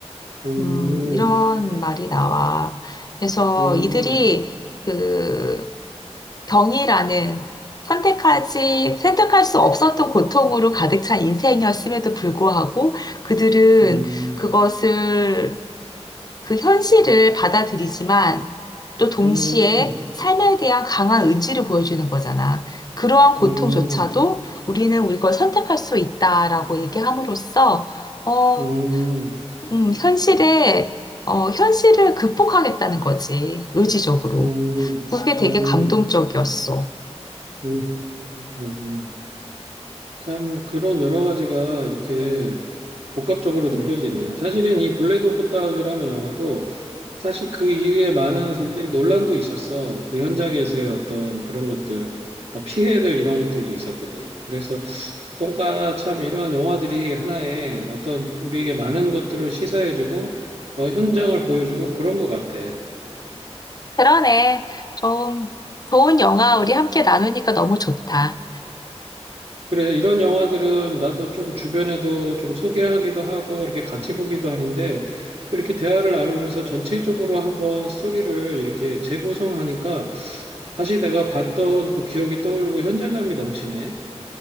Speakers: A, on the right; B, on the left.
A: 음,
B: 음, 이런 말이 나와. 그래서
A: 음.
B: 이들이 그 병이라는 선택하지, 선택할 수 없었던 고통으로 가득 찬 인생이었음에도 불구하고 그들은
A: 음,
B: 그것을 그 현실을 받아들이지만 또 동시에
A: 음,
B: 삶에 대한 강한 의지를 보여주는 거잖아. 그러한 고통조차도
A: 음,
B: 우리는 우리 걸 선택할 수 있다라고 얘기함으로써, 어,
A: 음,
B: 음, 현실에, 어, 현실을 극복하겠다는 거지. 의지적으로.
A: 음,
B: 그게 되게
A: 음,
B: 감동적이었어.
A: 음, 그렇구나. 참, 그런 여러 가지가 이렇게 복합적으로 느껴지네. 사실은 이 블랙 오프 다운이라는 영화도 사실 그 이후에 많은 사실 논란도 있었어. 그 현장에서의 어떤 그런 것들, 어, 피해들 이런 것들도 있었거든. 그래서 뭔가 참 이런 영화들이 하나의 어떤 우리에게 많은 것들을 시사해주고, 어, 현장을 보여주고 그런 것 같아.
B: 그러네. 좀 좋은 영화 우리 함께 나누니까 너무 좋다.
A: 그래, 이런 영화들은 나도 좀 주변에도 좀 소개하기도 하고, 이렇게 같이 보기도 하는데, 또 이렇게 대화를 나누면서 전체적으로 한번 스토리를 이렇게 재구성하니까, 다시 내가 봤던 그 기억이 떠오르고 현장감이 넘치네.